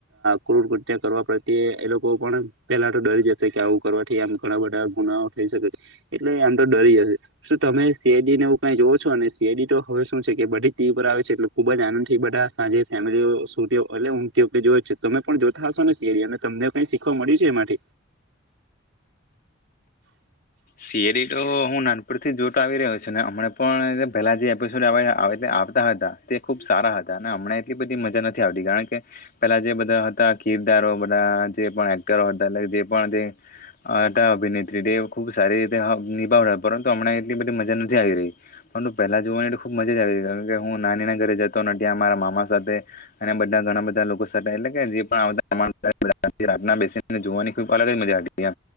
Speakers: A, on the right; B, on the left.
A: ક્રૂર કૃત્ય કરવા પ્રત્યે એ લોકો પણ પેલા તો ડરી જશે કે આવું કરવાથી આમ ઘણા બધા ગુનાઓ થઈ શકે એટલે આમ તો ડરી જશે શું તમે સીઆઈડી ને એવું કઈ જોવો છો અને શડી તો હવે શું છે કે બધી ટીવી પર આવે છે એટલે ખુબ જ આનંદ થી બધા સાંજે ફેમિલી શ એટલે ઊમ તમે પણ જોતા હશો ને શડી અને તમને કઈ શીખવા મળ્યું છે એ માટે
B: સિરી તો હું નાનપુર થી જોતો આવી રહ્યો છું ને હમણા પણ પેલા જે એપિસોડ આવતા હતા તે ખુબ સારા હતા અને હમણાં એટલી બધી મજા નથી આવતી કારણ કે પેલા જે બધા હતા કીરદારો બધા જે એક્ટરો હતા એ જે હતા અભિનેત્રી ખબ સારી રીતે નિભાવ પરંતુ હમણા એટલી બધી મજા નથી આવી રહી પરંતુ પહેલા જોવાની એટ ખુબ મજા જ આવી રહી કે હું નાની ના ઘરે જતો ત્યાં મારા મામા સાથે અને બધા ઘણા બધા લોકો સાથે એટલે કે જે પણ બેસી જોવાની ખ અલગ જ મજા આવી